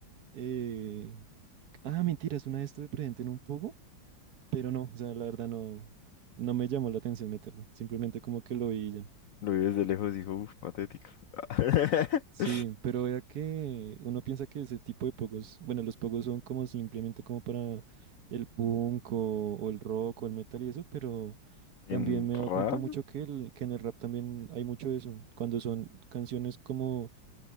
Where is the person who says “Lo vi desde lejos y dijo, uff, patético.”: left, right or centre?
Left